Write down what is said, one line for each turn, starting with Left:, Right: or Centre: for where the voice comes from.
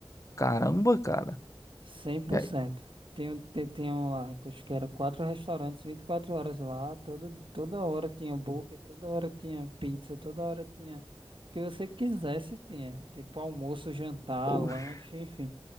Left: caramba, cara.
Right: 100%.
Left: E aí?
Right: Tenho, te- tenho lá, acho que era quatro restaurantes, 24 horas lá, todo, toda hora tinha hambúrguer, toda hora tinha pizza, toda hora tinha o que você quisesse, tinha. Tipo almoço, jantar,
Left: Poxa,
Right: lanche, enfim,